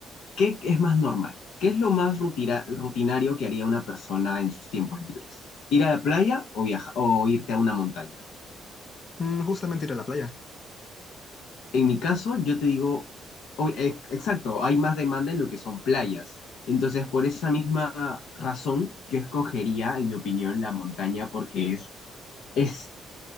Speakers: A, on the left; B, on the left.
A: ¿qué es más normal? ¿Qué es lo más rutira- rutinario que haría una persona en sus tiempos libres? ¿Ir a la playa o viaja- o irte a una montaña?
B: Mm, justamente ir a la playa.
A: En mi caso, yo te digo, ob- e- exacto, hay más demanda en lo que son playas. Entonces, por esa misma razón, yo escogería, en mi opinión, la montaña porque es